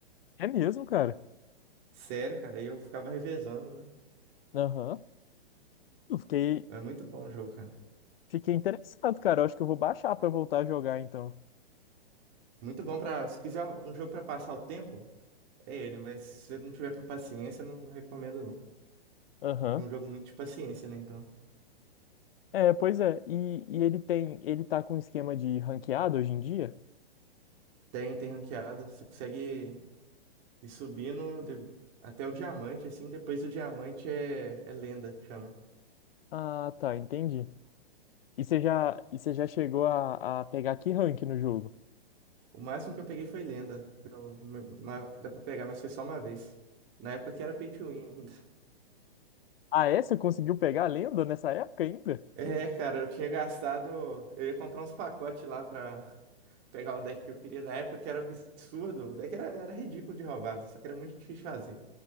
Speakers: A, on the left; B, on the right.
A: É mesmo, cara.
B: Sério, cara, e eu ficava revezando, né?
A: Aham. Eu fiquei,
B: É muito bom o jogo, cara.
A: fiquei interessado, cara. Eu acho que eu vou baixar pra voltar a jogar então.
B: Muito bom pra. Se quiser um jogo pra passar o tempo, é ele, mas se você não tiver com paciência, eu não recomendo, não.
A: Aham.
B: É um jogo muito de paciência, né? Então.
A: É, pois é. E, e ele tem, ele tá com um esquema de ranqueado hoje em dia?
B: Tem, tem ranqueada. Você consegue ir subindo de- até o diamante, assim, depois o diamante é, é lenda, que chama.
A: Ah, tá, entendi. E você já, e você já chegou a, a pegar que rank no jogo?
B: O máximo que eu peguei foi lenda. Eu, ma- dá pra pegar, mas foi só uma vez. Na época que era pay to win ainda.
A: Ah, é? Você conseguiu pegar a lenda nessa época ainda?
B: É, cara, eu tinha gastado. Eu ia comprar uns pacotes lá pra pegar o deck que eu queria na época, que era absurdo. O deck era, era ridículo de roubado, só que era muito difícil de fazer.